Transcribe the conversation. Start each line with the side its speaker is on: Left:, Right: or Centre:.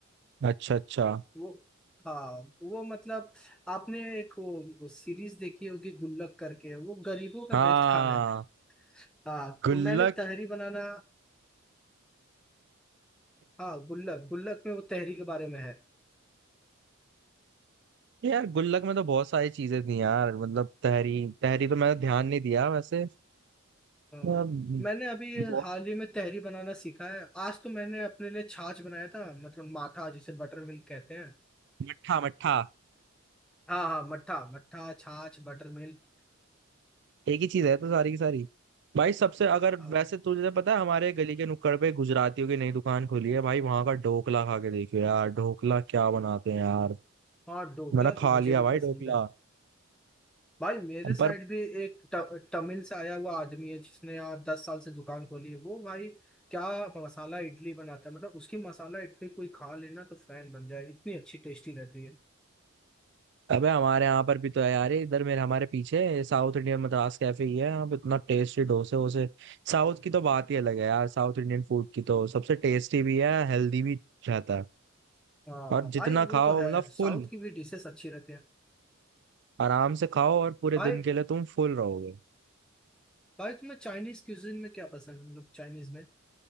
Right: अच्छा अच्छा
Centre: वो हाँ वो मतलब आपने एक वो, वो सीरीज देखी होगी गुल्लक करके वो गरीबों का
Right: हाँ
Centre: बेस्ट खाना है हाँ
Right: गुल्लक
Centre: तो मैंने तहरी बनाना हाँ गुल्लक गुल्लक में वो तहरी के बारे में है
Right: यार गुल्लक में तो बहुत सारी चीजें थी यार मतलब तहरी तहरी तो मैंने ध्यान नहीं दिया वैसे
Centre: हाँ
Right: अम,
Centre: मैंने अभी
Right: बहुत
Centre: हाल ही में तहरी बनाना सीखा है आज तो मैंने अपने लिए छाछ बनाया था मतलब माठा जिसे बटर मिल्क कहते हैं
Right: मट्ठा मट्ठा
Centre: हाँ हाँ मट्ठा मट्ठा छाछ बटर मिल्क
Right: एक ही चीज है तो सारी की सारी भाई सबसे अगर
Centre: हाँ
Right: वैसे तुझे पता है हमारे गली के नुक्कड़ पे गुजरातियों की नई दुकान खुली है भाई वहां का ढोकला खा के देखियो यार ढोकला क्या बनाते हैं यार
Centre: हाँ, ढोकला
Right: मैंने खा
Centre: तो मुझे
Right: लिया
Centre: भी
Right: भाई
Centre: पसंद
Right: ढोकला
Centre: है भाई मेरे साइड
Right: पर
Centre: भी एक ट- तमिल से आया हुआ आदमी है जिसने यहाँ दस साल से दुकान खोली है वो भाई क्या मसाला इडली बनाता है मतलब उसकी मसाला इडली कोई खा लेना तो फैन बन जाए इतनी अच्छी टेस्टी रहती है
Right: अबे हमारे यहाँ पर भी तो है यार ये इधर मेरे हमारे पीछे साउथ इंडियन मद्रास कैफे ही है यहाँ पे इतना टेस्टी डोसे वोसे साउथ की तो बात ही अलग है यार साउथ इंडियन फूड की तो सबसे टेस्टी भी है हेल्दी भी रहता है
Centre: हाँ
Right: और जितना
Centre: भाई वो
Right: खाओ
Centre: तो है
Right: मतलब
Centre: साउथ
Right: फुल
Centre: की भी डिशेस अच्छी रहती है
Right: आराम से खाओ और पूरे
Centre: भाई
Right: दिन के लिए तुम फुल रहोगे
Centre: भाई तुम्हें चाइनीज क्यूजिन में क्या पसंद है मतलब चाइनीज में